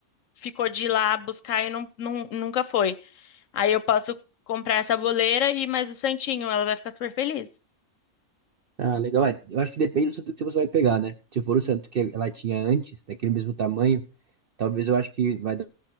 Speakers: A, on the left; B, on the right.
A: ficou de ir lá buscar e não, não- nunca foi. Aí eu posso comprar essa boleira e mais o santinho, ela vai ficar super feliz.
B: Ah, legal, é, eu acho que depende do santo que você vai pegar, né? Se for o santo que ela tinha antes, daquele mesmo tamanho, talvez eu acho que vai dar